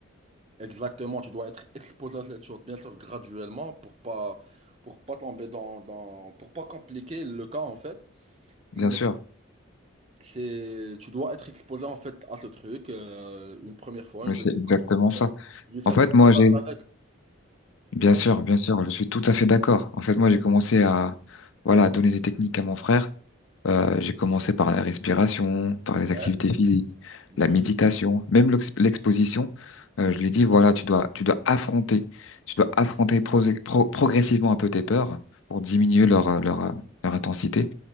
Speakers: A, on the right; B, on the left.
A: exactement, tu dois être exposé à cette chose, bien sûr, graduellement, pour pas, pour pas tomber dans, dans, pour pas compliquer le cas, en fait.
B: bien
A: Mais
B: sûr.
A: c'est, tu dois être exposé en fait à ce truc euh, une première fois,
B: Mais
A: une deuxième
B: c'est exactement ça.
A: fois, jusqu'à
B: En fait,
A: ce que tu
B: moi,
A: t'adaptes
B: j'ai,
A: avec,
B: bien
A: tu vois?
B: sûr, bien sûr, je suis tout à fait d'accord. En fait, moi, j'ai commencé à, voilà, donner des techniques à mon frère. Euh, j'ai commencé par la respiration, par
A: Ouais,
B: les activités physiques,
A: ouais,
B: la méditation, même l'ex- l'exposition. Euh, je lui ai dit, voilà, tu dois, tu dois affronter, tu dois affronter pro- pro- progressivement un peu tes peurs pour diminuer leur, euh, leur, euh, leur intensité.